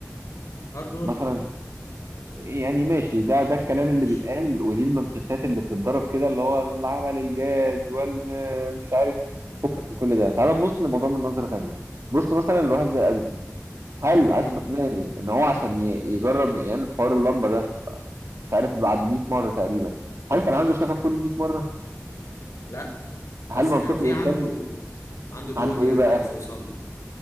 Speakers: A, on the left; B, on the right.
A: هارد ورك
B: مثلا يعني ماشي ده ده الكلام اللي
A: ماشي
B: بيتقال ودي المانشيتات اللي بتتضرب كده اللي هو العمل الجاد والمش عارف فكك من كل ده تعال نبص للموضوع من نظره تانيه بص مثلا لواحد زي اديسون هل عايز
A: امم
B: تقنعني ان هو عشان ي- يجرب يعمل حوار اللمبه ده مش عارف بعد 100 مره تقريبا هل كان عنده شغف طول ال 100 مره
A: لا
B: هل
A: بس
B: منطقي
A: كان في
B: الانسان
A: عنده عنده جول
B: عنده ايه
A: يعني
B: بقى
A: عايز يوصله